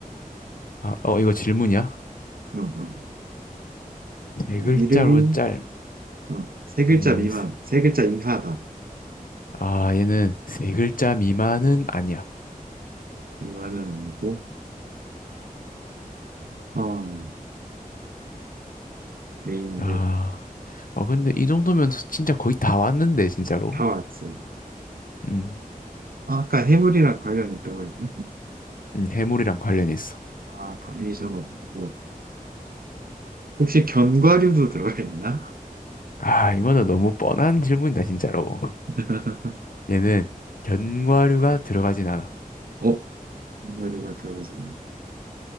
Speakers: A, on the left (about 65°); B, on the right (about 75°).
A: 아, 어, 이거 질문이야?
B: 어, 어.
A: 세 글자로
B: 이름이
A: 짤.
B: 어, 세 글자
A: 음,
B: 미만,
A: 세-
B: 세 글자 이하다.
A: 아, 얘는 세 글자 미만은 아니야.
B: 이거는 아니고, 어, 네임드,
A: 아, 아, 근데 이 정도면 진짜 거의 다 왔는데, 진짜로.
B: 다 왔어
A: 음,
B: 아, 아까 해물이랑 관련 있다고 했나?
A: 음, 해물이랑 관련이 있어.
B: 아, 바리에이 없고. 혹시 견과류도 들어있나? 가
A: 아, 이거는 너무 뻔한 질문이다, 진짜로.
B: <laughs>
A: 얘는 견과류가 들어가진 않아.
B: 어? 견과류가 들어가지